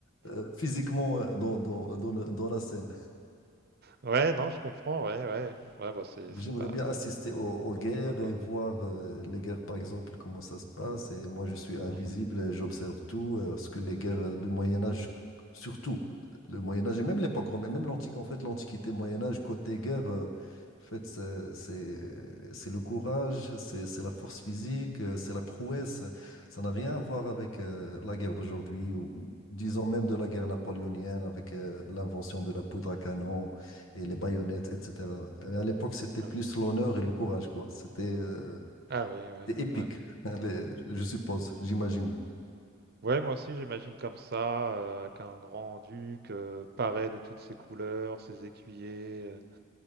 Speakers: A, on the left; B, on the right.
A: euh, physiquement euh, dans, dans, dans le- dans la scène.
B: Ouais, non, je comprends, ouais, ouais. Ouais, bah c'est c'est
A: J'aimerais
B: pas
A: bien assister aux, aux
B: c'est dangereux
A: guerres
B: quoi.
A: et voir euh, les guerres, par exemple, comment ça se passe. Et moi, je suis invisible
B: Mhm.
A: et j'observe tout. euh, Parce que les guerres de Moyen Âge, surtout euh, le Moyen Âge et même l'époque romaine, même l'antique, en fait, l'Antiquité, Moyen Âge, côté guerre, euh, en fait, c'est c'est- c'est le courage, c'est c'est la force physique, euh, c'est la prouesse.
B: Mhm.
A: Ça n'a rien à voir avec euh, la guerre d'aujourd'hui ou ou disons
B: Mhm.
A: même de la guerre napoléonienne avec euh, l'invention de la poudre à canon et les baïonnettes, etc. Et à l'époque, c'était plus
B: Ouais.
A: l'honneur et le courage, quoi. C'était euh,
B: Ah oui, ouais,
A: c'était épique,
B: ouais.
A: hein, les- je suppose, j'imagine.
B: Ouais, moi aussi, j'imagine comme ça, euh, avec un grand-duc euh, paré de toutes ses couleurs, ses écuyers, euh,